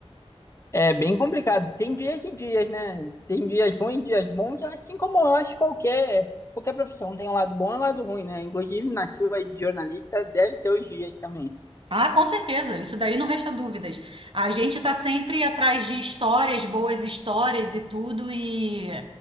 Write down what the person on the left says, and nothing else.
É bem complicado. Tem dias e dias, né? Tem dias ruins, dias bons, assim como eu acho qualquer, qualquer profissão. Tem um lado bom e um lado ruim, né? Inclusive na chuva de jornalista deve ter os dias também.